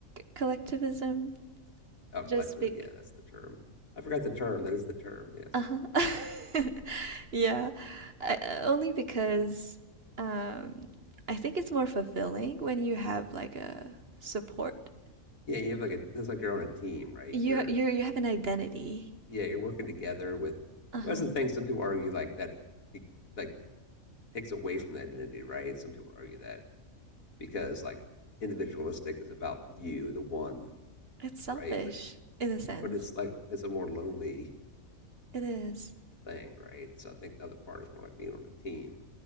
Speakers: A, on the right (about 50°); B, on the left (about 85°).
A: collectivism
B: Oh, collective.
A: just big.
B: Yeah, that's the term. I forgot the term. That is the term. Yes.
A: Uh-huh. <laughs> Yeah. I, uh, only because um, I think it's more fulfilling when you have like a support.
B: Yeah, you have like a. That's like you're on a team, right?
A: You
B: You're
A: you you have an identity.
B: yeah, you're working together with.
A: Uh-huh.
B: Well, that's the thing. Some people argue like that, de- like takes away from the identity, right? Some people argue that because like individualistic is about you, the one,
A: It's selfish
B: right? But
A: in a sense.
B: but it's like it's a more lonely
A: It is.
B: thing, right? So I think the other part is more like being on a team.